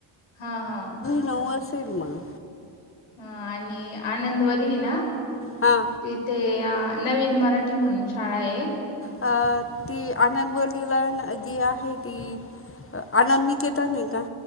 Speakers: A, on the left; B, on the left.
A: हा हा
B: नऊ आ सेल मगं
A: हा आणि आनंदवाली ना
B: हां
A: तीत ते नवीन मराठी म्हणून शाळा एक
B: अ ती आणवलीला जी आहे ती आनंद निकेतन ये का